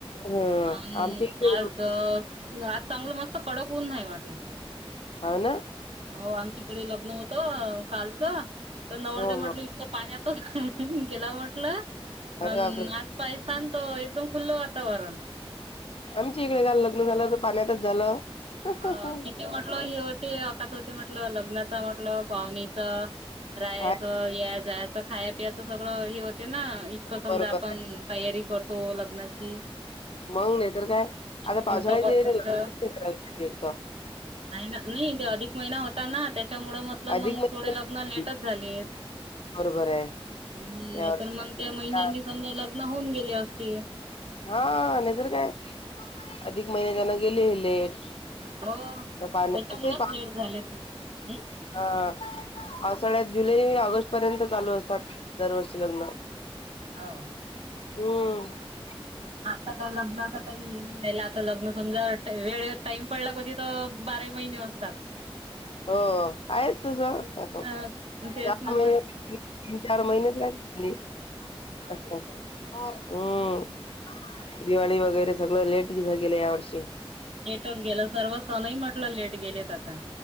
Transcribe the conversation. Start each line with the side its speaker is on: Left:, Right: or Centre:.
Left: हं,
Right: <unintelligible>
Left: आमच्या इकडे हो
Right: चांगलं मस्त कडक होऊन नाही वाटलं,
Left: हां ना?
Right: हो आमच्याकडे लग्न हो त कालचं तर नवरदेव
Left: हो,
Right: म्हटलं
Left: हो.
Right: इतकं पाण्यातच आताच गेला म्हटलं.
Left: अरे
Right: अन्
Left: बापरे!
Right: आज पायस्तान तर एकदम खुल्ल वातावरण.
Left: आमच्या इकडे काल लग्न झालं तर पाण्यातच झालं. हो,
Right: हा किती म्हटलं हे होती अकात होती म्हटलं लग् नता म्हटल पाहूणीच रायाचं
Left: आहे
Right: या जायच खाय पियाचं सगळं हे होत. ते ना, इतकं
Left: बरोबर
Right: समजा आपण
Left: आहे.
Right: तयारी करतो लग्नाची
Left: मग नाही तर काय
Right: किती
Left: आता
Right: दिवसापासून
Left: पावसाळ्याचे <unintelligible> लगच
Right: तर
Left: करायला पहिजे एकत
Right: नाही ना, नाही ते अधिक महिना होता ना, त्याच्यामुळ मतल
Left: अधिक
Right: मग
Left: महिन्यात
Right: थोडे लग्न लेटच झालेत.
Left: बरोबर आहे.
Right: हम्म
Left: या
Right: नाहीतर
Left: वर्षी
Right: मंग
Left: अधिक
Right: त्या
Left: महिना
Right: महिन्यानी समजा लग्न होऊन गेले असते.
Left: हा नाहीतर काय अधिक महिन्या त्यांना गेले. तेज
Right: हो
Left: पा पाणी
Right: त्याच्यामुळेच
Left: <unintelligible>
Right: लेट झालेत हम्म.
Left: ह पावसाळ्यात जुलै ऑगस्ट पर्यंत चालू असतात दरवर्षी लग्न.
Right: हा.
Left: होम <unintelligible>
Right: आता काय लग्नाच काही नाही ला. लग्न समजा टा वेळ टाइम पडला कधी तर बारा महिने असतात.
Left: हो आहेच तसं
Right: अ तेच
Left: च
Right: नव्ह.
Left: तीन चार महिनेच लागले झाले
Right: हा.
Left: अ <unintelligible> हम्म दिवाळी वगैरे सगळं लेट गेलं या वर्षी.
Right: लेटच गेलं सण ही म्हटलं लेट गेलेत आता.